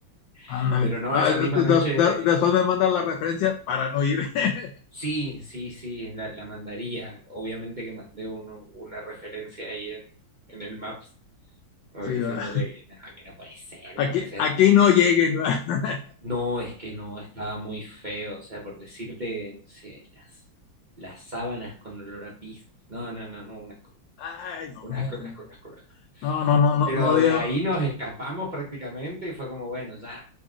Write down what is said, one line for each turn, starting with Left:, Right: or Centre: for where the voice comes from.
Left: Ándale.
Right: <laughs> pero no,
Left: Ah,
Right: esa
Left: des-
Right: misma
Left: des-
Right: noche,
Left: des- después me mandas la referencia para no ir. <laughs>
Right: sí, sí, sí, la, la mandaría. Obviamente que mandé uno- una referencia ahí en, en el Maps, como
Left: Sí,
Right: diciéndole
Left: va.
Right: que no, que no puede ser, entonces
Left: Aquí, aquí no lleguen, ¿va? <laughs>
Right: No, es que no, estaba muy feo, o sea, por decirte, no sé, las, las sábanas con olor a pis. No, no, no, no, un asco,
Left: Ay, no,
Right: un
Left: no.
Right: asco, un asco, un asco, un asco.
Left: No, no, no, no,
Right: Pero
Left: no, digo-
Right: de ahí nos escapamos prácticamente y fue como, bueno, ya